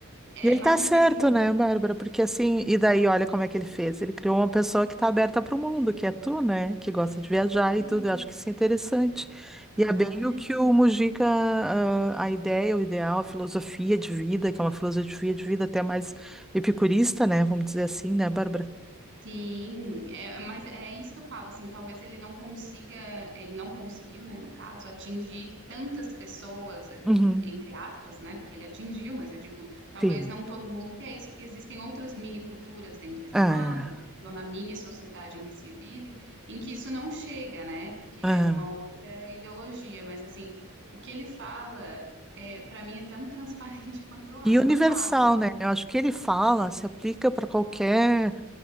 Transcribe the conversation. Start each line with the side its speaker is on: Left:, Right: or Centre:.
Right: é
Centre: E ele
Right: mais
Centre: tá
Right: difícil.
Centre: certo,
Right: em-
Centre: né, Bárbara? Porque assim, e daí olha como é que ele fez. Ele criou uma pessoa que tá aberta para o mundo, que é tu, né? Que gosta de viajar e tudo.
Right: Sim,
Centre: Eu acho que isso é interessante.
Right: exatamente.
Centre: E é bem o que o Mujica, ah, a ideia, o ideal, a filosofia de vida, que é uma filosofia de vida até mais epicurista, né? Vamos dizer assim, né, Bárbara?
Right: Sim, é, mas é isso que eu falo, assim, talvez ele não consiga, ele não conseguiu, né, no caso, atingir tantas pessoas, eh,
Centre: Uhum.
Right: entre aspas, né, porque ele atingiu, mas eu digo, talvez
Centre: Sim.
Right: não todo mundo, porque é isso, porque existem outras mini culturas dentro de casa,
Centre: É,
Right: às vezes, ou na mini sociedade em que se vive, em que isso não chega, né, porque é
Centre: é.
Right: uma outra ideologia, mas assim, o que ele fala, é, para mim é tão transparente <laughs> quanto, a-
Centre: E universal,
Right: quanto água, assim.
Centre: né? Eu acho que ele fala, se aplica para qualquer